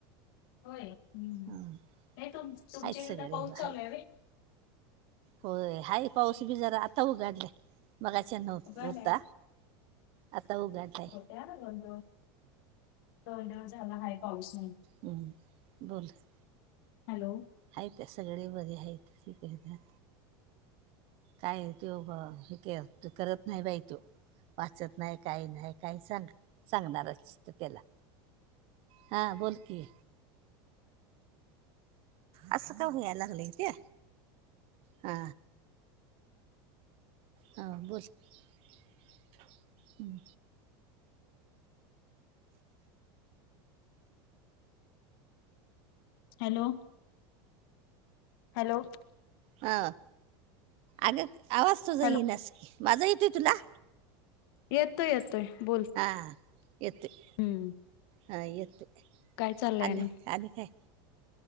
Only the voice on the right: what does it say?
हं.
आहेत सगळे
आहेत
होय हाय पाऊस बी जरा आता उघडलाय. मगाशी न्हव
होता
आता उघाडलाय.
हम्म दोन दीस.
आहेत त्या सगळे बरे आहेत ते <inaudible> काय त्यो ह हे क करत नाही बाई तो. वाचत नाय काय नाय काही सांग सांगणार असत त्याला. हां बोल की. असं का व्हयाला लागलंय त्या हा. हा बोल हम्म.
ह अग आवाज तुझा
येईनास की माझा येतोय तुला.
हां येतोय.
हा येतोय
आली
आली काय?